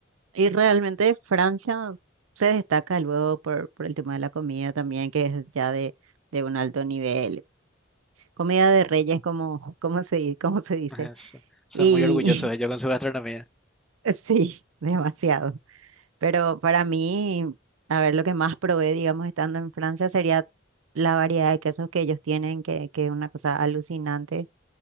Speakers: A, on the right; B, in the centre.
A: y realmente Francia se destaca luego por, por el tema de la comida también, que es ya de, de un alto nivel. Comida de reyes, como, como se, di- como se dice.
B: <laughs> Es- son
A: Y
B: muy orgullosos ellos con su gastronomía.
A: <laughs> sí, demasiado. Pero para mí, a ver, lo que más probé, digamos, estando en Francia sería la variedad de quesos que ellos tienen, que, que es una cosa alucinante.